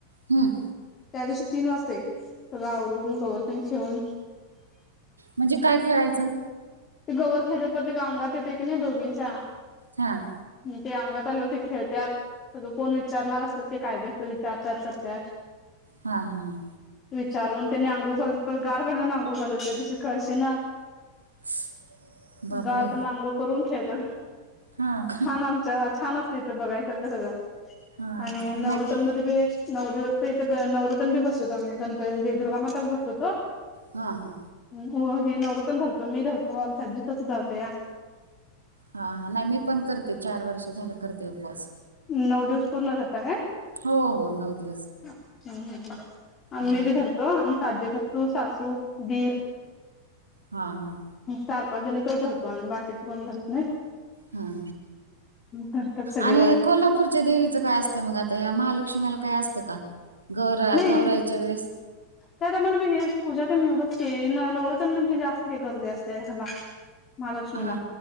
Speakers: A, on the right (about 75°); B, on the left (about 25°).
A: हम्म.
B: त्या दिवशी तीन वाजतय, सगळं आवरून, गवर तेन खेळून
A: म्हणजे काय खेळायचं?
B: ते गवर खेळत्यात, परत ते अंगात येतय क नी दोघींच्या
A: हां.
B: म ते अंगात आल्यावरती खेळत्यात सगळं कोण विचारणार असत्यात ते काय बी असं विचारत्यात करत्यात.
A: हां हां हां.
B: विचारून तेनी अंघोळ करत परत गार पाण्यान आंघोळ करत्यात त्या दिवशी कळशीन
A: <inaudible> बापरे
B: गार पाण्यान अंघोळ करून खेळत्यात.
A: हां का?
B: आमच्या छान असते इथं बघाय सारखं सगळं,
A: हा
B: आणि
A: चांग
B: नवरतन
A: नाही
B: मध्ये बी नऊ दिवस इथे ग नवरातन बी बसतो आम्ही, म्हजे दुर्गा माता बी बसवतो
A: हां हां.
B: हो, हे नवरातन धरतो, मी धरतो, आमची आजीसासु धरते.
A: हाहा, नाही मी पण करते, चार वर्ष झालं करते उपवास.
B: नऊ दिवस पूर्ण धरता काय?
A: हो हो नऊ दिवस.
B: अं हं हं, आम्ही
A: हा
B: बी धरतो, आम्ही आजे सासू, सासू, दीर
A: हा हा.
B: चार-पाच जणीचाच धरतो आम्ही, बाकीच कोण धरत नाहीत.
A: हा,
B: धरतात सगळेजण
A: आणि कोल्हापूर च्या देवीचं काय असतं मग, आता ह्या महालक्ष्मीला काय असतं का, गौरा
B: नाही
A: गौवराईच्या वेळेस
B: त्या टायमाला बी हे, पूजा तेन एवढंच की, नव नवरतन म्हणजे जास्त गर्दी गर्दी आसत्या ह्याला महालक्ष्मीला.
A: हा